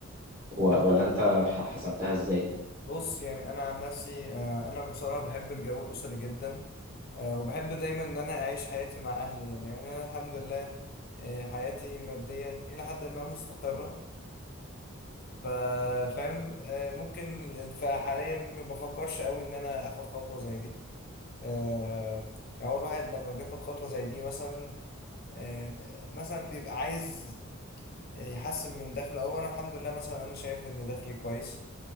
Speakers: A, on the right (about 30°); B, on the left (about 45°).
A: و- ولا انت ح- حسبتها ازاي
B: بص يعني أنا عن نفسي آه، أنا بصراحة بحب الجو الأسري جدا آه، وبحب دايما إن أنا أعيش حياتي مع أهلي يعني يعني أنا الحمد لله آه، حياتي ماديا إلى حد ما مستقرة فا- فاهم آه، ممكن فحاليا ما بفكرش قوي ان انا اخد خطوه زي دي آه، يعني هو الواحد لما بياخد خطوه زي دي مثلا آه، مثلا بيبقى عايز يحسن من دخله او انا الحمد لله مثلا انا شايف ان دخلي كويس